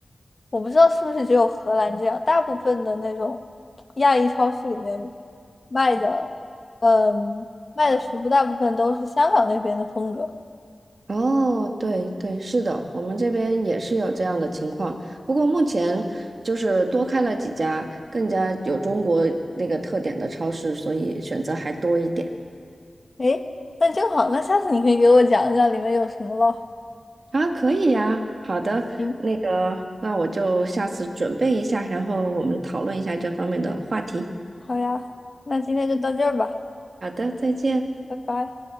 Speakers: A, on the left; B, on the right.
A: 我不知道是不是只有荷兰这样，大部分的那种亚裔超市里面卖的，嗯，卖的食物大部分都是香港那边的风格。
B: 哦，对对，是的，我们这边也是有这样的情况，不过目前就是多开了几家更加有中国那个特点的超市，所以选择还多一点。
A: 诶，那正好，那下次你可以给我讲一讲里面有什么咯。
B: 啊，可以呀，好的，
A: 行，
B: 那个，那我就下次准备一下，然后我们讨论一下这方面的话题。
A: 好呀，那今天就到这儿吧，
B: 好的，再见。
A: 拜拜。